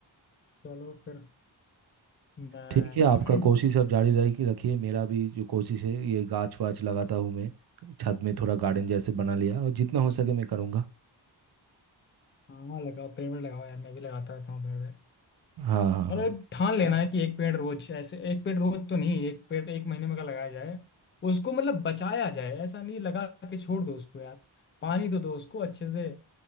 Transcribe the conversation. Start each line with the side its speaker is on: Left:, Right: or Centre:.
Left: चलो फिर मैं
Right: ठीक है आपका कोशिश आप जारी रखी रखिए मेरा भी जो कोशिश है ये गाछ वाछ लगाता हूँ मैं छत में थोड़ा गार्डन जैसे बना लिया और जितना हो सके मैं करूँगा
Left: <clears throat> हाँ लगाओ पेड़ वेड़ लगाओ यार मैं भी लगाता रहता हूँ पेड़ वेड़
Right: हाँ हाँ हाँ
Left: मतलब एक ठान लेना है कि एक पेड़ रोज ऐसे एक पेड़ रोज तो नहीं एक पेड़ एक महीने में का लगाया जाए उसको मतलब बचाया जाए ऐसा नहीं लगा के छोड़ दो उसको यार पानी तो दो उसको अच्छे से